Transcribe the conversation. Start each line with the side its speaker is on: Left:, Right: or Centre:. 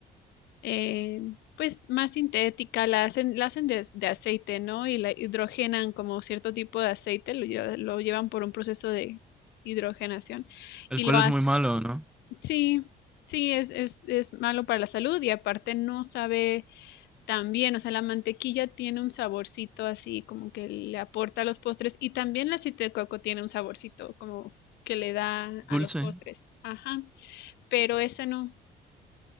Left: eh, pues más sintética, la hacen, la hacen de, de aceite, ¿no? Y la hidrogenan como cierto tipo de aceite, lo, lle- lo llevan por un proceso de hidrogenación
Centre: El
Left: y
Centre: cual
Left: lo hacen.
Centre: es muy malo, ¿no?
Left: Sí, sí, es, es, es malo para la salud y aparte no sabe tan bien, o sea, la mantequilla tiene un saborcito así como que le aporta a los postres y también el aceite de coco tiene un saborcito como que le da
Centre: Dulce.
Left: a los postres. Ajá, pero
Centre: Sí.
Left: esa no.